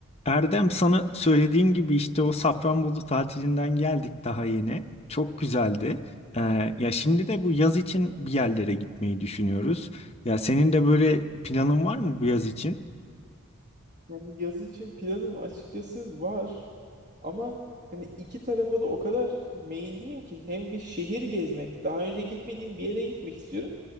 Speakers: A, on the left; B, on the right.
A: Erdem sana söylediğim gibi işte o Safranbolu tatilinden geldik daha yeni. Çok güzeldi. Ee, ya şimdi de bu yaz için bir yerlere gitmeyi düşünüyoruz. Ya senin de böyle planın var mı bu yaz için?
B: Yani yaz için planım açıkçası var. Ama hani iki tarafa da o kadar meyilliyim ki hem bir şehir gezmek, daha önce gitmediğim bir yere gitmek istiyorum.